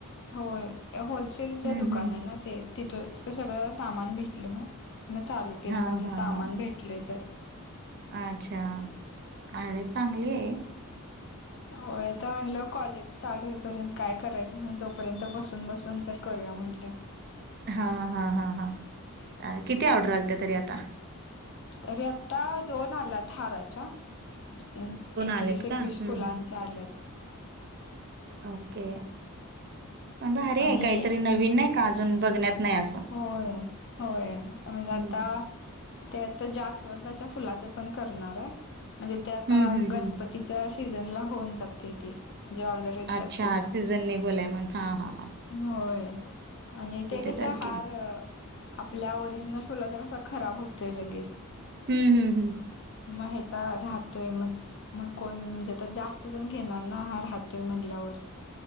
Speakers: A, on the left; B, on the right.
A: होय या होलसेलचं
B: हं,
A: दुकान
B: हं.
A: आहे ना ते तिथं तिथं सगळं सामान भेटलं मग. मग चालू केलं
B: हां,
A: म्हंटल
B: हां,
A: सामान
B: हां.
A: भेटलंय तर
B: अच्छा आयडिया चांगली आहे.
A: होय आता म्हणलं कॉलेज स्टार्ट होईपर्यंत काय करायचं म्हणून तोपर्यंत बसून बसून तर करूया म्हणलं.
B: हा हा हा हा. अ किती ऑर्डर आलत्या तरी आता?
A: तरी आता दोन आल्यात हाराच्या. अं एकवीस
B: आलेत
A: एकवीस
B: का? हं,
A: फुलांच्या
B: हं.
A: आल्यात.
B: ओके भारी
A: आणि
B: आहे काहीतरी नवीन नाही का अजून बघण्यात नाही अस.
A: होय होय. म्हणजे
B: हं.
A: आता ते आता जास्वंदाच्या फुलाचं पण करणार आहे. म्हणजे ते आता
B: हं, हं,
A: गणपतीच्या
B: हं.
A: सीजनला होऊन जाते ते जे ऑर्डर येतात
B: अच्छा
A: त्याच्या
B: सिजनेबल हाय म्हणुन. हा हा हा.
A: होय आणि ते कसा
B: चालते.
A: अ आपल्या ओरिजिनल फुलाचा कसा खराब होतोय लगेच.
B: हम्म, हम्म, हम्म.
A: मग ह्याचा राहतोय मग मग कोण आता जास्तजण घेणार ना, हार राहातोय म्हणल्यावर.